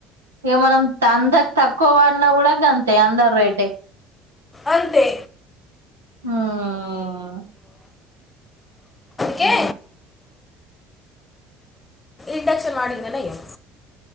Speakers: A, on the right; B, on the left.
A: ఇక మనం అంత తక్కువ వాడిన కూడా అంతే అందరు రేటే
B: అంతే
A: ఉమ్
B: కే ఇండక్షన్ వాడదానే అయ్యో